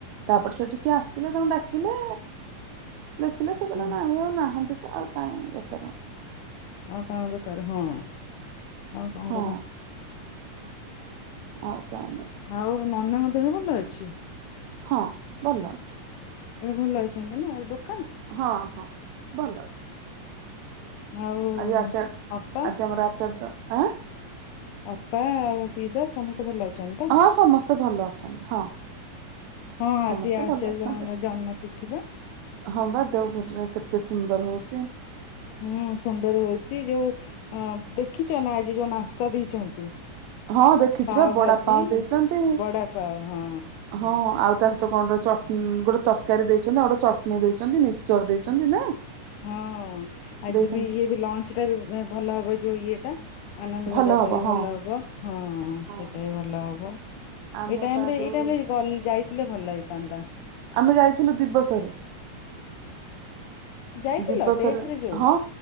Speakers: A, on the right; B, on the left.
A: ତାପରେ ସେଠିକି ଆସିଥିଲେ ତାଙ୍କୁ ଡାକିଲେ ଦେଖିଲେ ସେ କହିଲେ
B: ହଁ
A: ନାହିଁ। ଆଉ ନାହାନ୍ତି ତ ଆଉ କାଇଁ ବେକାର।
B: ଆଉ କାଣ ବି କରିଭୁଁ। ଆଉ କଣ
A: ହଁ
B: <unintelligible>
A: ଆଉ କାଇ?
B: ଆଉ ନନାଙ୍କ ଦେହ ଭଲ ଅଛି?
A: ହଁ ଭଲ ଅଛି।
B: ଏବେ ଭଲ ଅଛନ୍ତି ନା ଦୁଃ
A: ହଁ ହଁ ଭଲ ଅଛି।
B: ଆଉ
A: ଆଜି ଆଚାର
B: ଅପା
A: ଆଜି ଆମର ଆଚାର ତ ଆଁ।
B: ଅପା ଆଉ ପିଇସା ସମସ୍ତେ ଭଲ ଅଛନ୍ତି ତ
A: ହଁ ସମସ୍ତେ ଭଲ ଅଛନ୍ତି ହଁ।
B: ହଁ
A: ସମସ୍ତେ
B: ଆଜି ଆଚାର୍ଯ୍ୟ
A: ଭଲ ଅଛନ୍ତି।
B: ମାନଙ୍କର ଜନ୍ମ ତିଥି ବା
A: ହଁ ବା ଦେଉ ପୁର୍ ରେ କେତେ ସୁନ୍ଦର ହଉଛି।
B: ହୁଁ ସୁନ୍ଦର ହଉଛି ଯୋଉ ଅ ଦେଖିଛ ନା ଆଜି ଯୋଉ ନାସ୍ତା ଦେଇଛନ୍ତି।
A: ହଁ ଦେଖିଛିି
B: ପାଓ
A: ବା ବଡା
B: ଭାଜି
A: ପାଓଁ ଦେଇଛନ୍ତି
B: ବଡା ପାଓ ହଁ
A: ହଁ ଆଉ ତା ସହିତ କଣ ଟେ ଚଟ୍ ଗୋଟେ ତରକାରୀ ଦେଇଛନ୍ତି ଆଉ ଗୋଟେ ଚଟଣୀ ଦେଇଛନ୍ତି ମିକ୍ସଚର ଦେଇଛନ୍ତି ନା
B: ହଁ ଆଜି
A: ଦେଇଛନ୍ତି
B: ବି ଇଏ ବି ଲଞ୍ଚ ଟା ବି ଭଲ ହବ ଯୋଉ ଇଏ ଟା। ଆନନ୍ଦ
A: ଭଲ
B: ବଜାର
A: ହବ
B: ଟା ବି
A: ହଁ
B: ଭଲ ହବ ହଁ ସେଇଟା
A: ହଁ
B: ବି ଭଲ ହବ।
A: ଆମେ
B: ଏଇ ଟାଇମ୍
A: ପା
B: ରେ
A: ଯୋଉ
B: ଏଇ ଟାଇମ୍ ରେ ଗଲ୍ ଯାଇଥିଲେ ଭଲ ହେଇଥାନ୍ତା।
A: ଆମେ ଯାଇଥିଲୁ ଦିବସରେ।
B: ଯାଇଥିଲ
A: ଦିବସରେ
B: ଡେଟ ରେ ଯୋଉ
A: ହଁ।